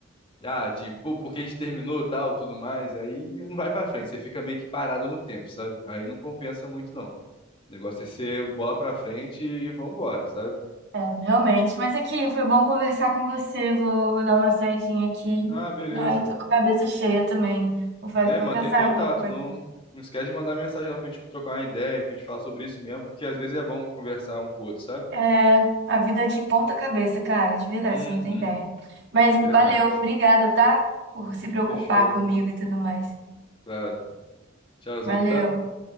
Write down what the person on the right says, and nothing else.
é, realmente, mas aqui foi bom conversar com você. Vou, vou dar uma saidinha aqui.
Ai, tô com a cabeça cheia também. Vou fazer,
vou
pensar
em alguma coisa.
É, a vida é de ponta cabeça, cara, de verdade,
você não tem ideia. Mas
valeu, obrigada, tá? Por se preocupar
comigo e tudo mais.
Valeu.